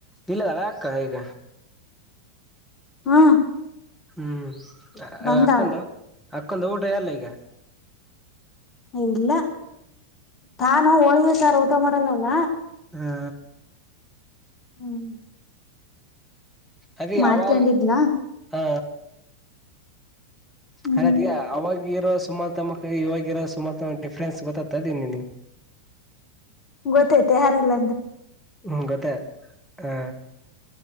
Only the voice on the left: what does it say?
ಹಾ.
ಬಂದಾಳ
ಹೇ ಇಲ್ಲ ತಾನು ಹೋಳಿಗೆ ಸಾರ ಊಟ ಮಾಡಲ್ಲಲ್ಲ.
ಹ್ಮ್.
ಮಾಡ್ಕೊಂಡಿದ್ಲಾ
ಹ್ಮ್
ಗೊತ್ತೈತ ಯಾರಿಲ್ಲ ಅಂದ್ರ.